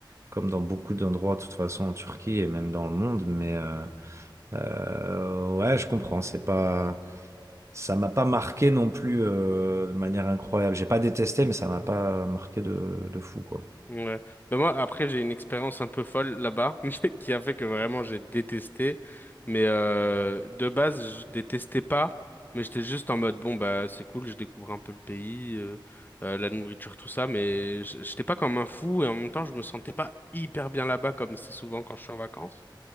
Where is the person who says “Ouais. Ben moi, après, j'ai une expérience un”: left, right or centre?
Left